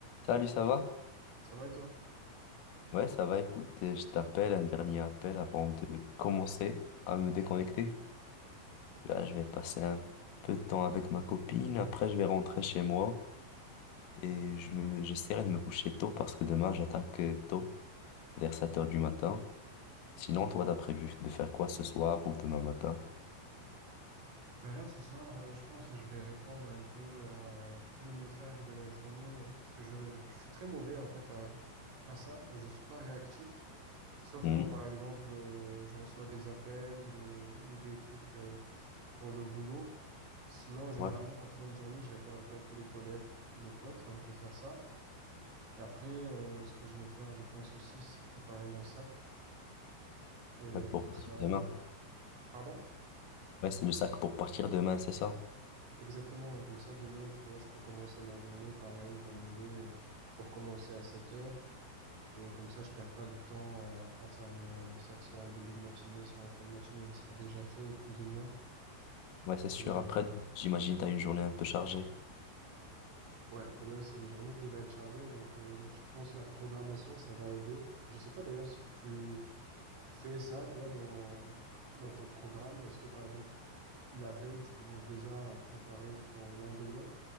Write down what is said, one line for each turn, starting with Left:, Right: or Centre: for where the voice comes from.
Left: Salut, ça va?
Right: Ça va et toi?
Left: Ouais, ça va, écoute, euh, je t'appelle un dernier appel avant de commencer à me déconnecter. Là, je vais passer un peu de temps avec ma copine, après je vais rentrer chez moi et je me, j'essaierai de me coucher tôt parce que demain j'attaque euh, tôt, vers 7 heures du matin. Sinon, toi, t'as prévu de faire quoi ce soir ou demain matin?
Right: Ben là, ce soir, euh, je pense que je vais répondre un peu à tous les messages de la journée, euh, parce que je, je suis très mauvais en fait à, à ça. Je suis pas réactif, sauf
Left: Hmm,
Right: quand par exemple euh, je reçois des appels euh, ou des trucs euh, pour le boulot. Sinon, généralement
Left: Ouais,
Right: en fin de journée, je réponds un peu à tous les collègues, tous tous les potes, donc je vais faire ça. Et après, euh, ce que je vais faire, je pense aussi, c'est préparer mon sac. Et
Left: ouais, pour
Right: comme
Left: partir
Right: ça, euh,
Left: demain.
Right: pardon?
Left: Ouais, c'est le sac pour partir demain, c'est ça?
Right: Exactement, hein, comme ça, demain, tu vois, je peux commencer ma journée, pareil, je dois me lever euh, pour commencer à 7 heures, et comme ça, je perds pas du temps euh, à faire mon, mon sac, soit en début de matinée, soit en fin de matinée, il sera déjà fait, plus ou moins,
Left: Ouais, c'est sûr.
Right: et
Left: Après, j'imagine t'as une journée un peu chargée.
Right: ouais, demain, c'est une journée qui va être chargée, donc euh, je pense la programmation, ça va aider. Je sais pas d'ailleurs si tu fais ça, toi, dans, dans ton programme, est-ce que, par exemple, la veille, tu commences déjà à préparer ton lendemain,